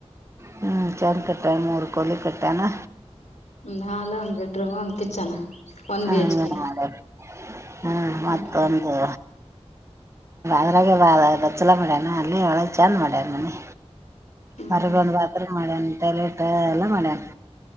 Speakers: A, on the right; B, on the left.
A: ಹ್ಮ್ ಚಂದ ಕಟ್ಯಾನ್ ಮೂರು ಕೋಳಿ ಕಟ್ಯಾನ್.
B: ಒಂದ ಹಾಲ್ ಒಂದ್ ಬೆಡ್ರೂಮ್ ಒಂದ್ ಕಿಚನ್. ಒನ್
A: ಹ್ಮ
B: ಬಿ ಹೆಚ್
A: ಮೂರ್
B: ಕೆ
A: ಮಾಡ್ಯಾನ್ ಹ್ಮ
B: ಹ್ಮ್
A: ಮತ್ತೊಂದು.
B: ಹ್ಮ್
A: ಅದ್ರಾಗೆ ಬ ಬಚ್ಚಲ ಮಾಡ್ಯಾನ ಅಲ್ಲೇ ಒಳಗೆ ಚೆಂದ ಮಾಡ್ಯಾನ್ ಮನಿ.
B: ಹ್ಮ್
A: ಹೊರಗ ಒಂದ್ ಬಾತ್ರೂಂ ಟಾಯ್ಲೆಟ್ ಎಲ್ಲ ಮಾಡ್ಯನ್.